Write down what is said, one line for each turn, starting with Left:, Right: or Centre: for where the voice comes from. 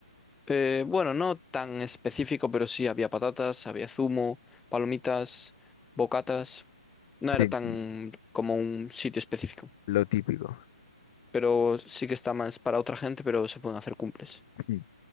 Centre: Eh, bueno, no tan específico, pero sí había patatas, había zumo, palomitas, bocatas. No
Left: Sí,
Centre: era tan como un sitio específico,
Left: lo típico. <laughs>
Centre: pero sí que está más para otra gente, pero se pueden hacer cumples.
Left: Mm.